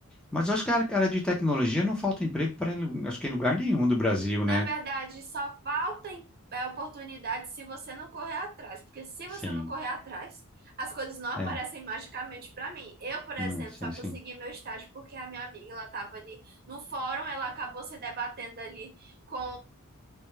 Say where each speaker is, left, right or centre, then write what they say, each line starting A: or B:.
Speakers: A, in the centre; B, on the right.
A: Mas eu acho que a área a área de tecnologia não falta emprego para, acho que em lugar nenhum do Brasil,
B: Na
A: né?
B: verdade, só falta em- é, oportunidade se você não correr atrás, porque se você
A: Sim,
B: não correr atrás, as coisas não aparecem
A: é.
B: magicamente para mim. Eu, por exemplo,
A: Não, sim,
B: só consegui
A: sim.
B: meu estágio porque a minha amiga, ela estava ali no fórum, ela acabou se debatendo ali com